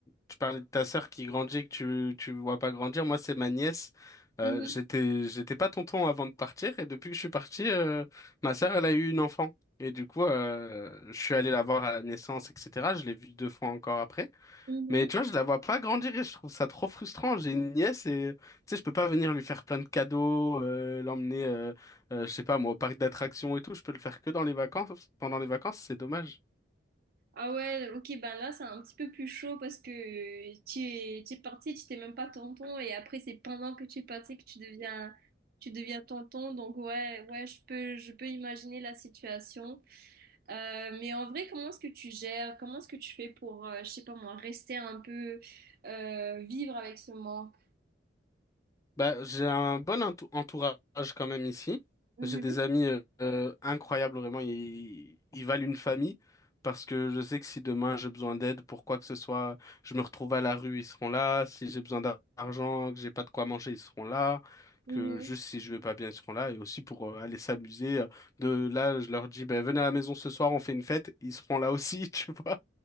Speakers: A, on the left; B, on the right.
A: tu parlais de ta sœur qui grandit et que tu, tu vois pas grandir. Moi, c'est ma nièce. Euh,
B: Mhm,
A: j'étais, j'étais pas tonton avant de partir et depuis que je suis parti, euh, ma sœur, elle a eu une enfant. Et du coup, euh, je suis allé la voir à la naissance, etc. Je l'ai vue deux fois encore après.
B: mhm.
A: Mais tu vois, je la vois pas grandir et je trouve ça trop frustrant. J'ai une nièce et, tu sais, je peux pas venir lui faire plein de cadeaux, euh, l'emmener, euh, euh, je sais pas, moi, au parc d'attractions et tout. Je peux le faire que dans les vacances. Pendant les vacances, c'est dommage.
B: Ah ouais, ok, ben là, c'est un petit peu plus chaud parce que euh, tu es, tu es parti, tu t'es même pas tonton, et après, c'est pendant que tu es parti que tu deviens, tu deviens tonton. Donc, ouais, ouais, je peux, je peux imaginer la situation. Euh, mais en vrai, comment est-ce que tu gères? Comment est-ce que tu fais pour, euh, je sais pas moi, rester un peu, euh, vivre avec ce manque?
A: Bah, j'ai un bon entou- entourage quand même ici.
B: Mhm,
A: J'ai des amis euh, euh, incroyables, vraiment. Ils, ils valent une famille parce que je sais que si demain j'ai besoin d'aide pour quoi que ce soit, je me retrouve à la rue, ils seront là. Si j'ai besoin d'ar- d'argent, que j'ai pas de quoi manger, ils seront là.
B: mhm,
A: Que juste si je vais pas bien, ils seront là. Et aussi pour euh, aller s'amuser. euh, De là, je leur dis, ben venez à la maison ce soir, on fait une fête. Ils seront là aussi, <laughs> tu vois.